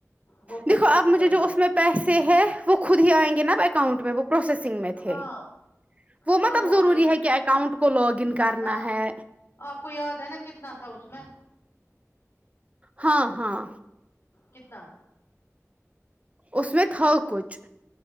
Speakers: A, on the left; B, on the right.
A: وہ
B: دیکھو
A: خود بخود
B: آب مجھے
A: آئیں
B: جو
A: گی
B: اس میں پیسے ہے وہ خود ہی آئیں گے نہ آب اکاؤنٹ میں وہ پروسیسنگ میں تھے
A: ہاں
B: وہ
A: ہاں
B: مطلب ضروری
A: آئیں گی
B: ہے کہ اکاؤنٹ کو لاگ ان کرنا
A: نہ
B: ہے
A: آپ کو یاد ہے نہ کتنا تھا اس میں
B: ہاں ہاں
A: کتنا
B: اس میں تھا کچھ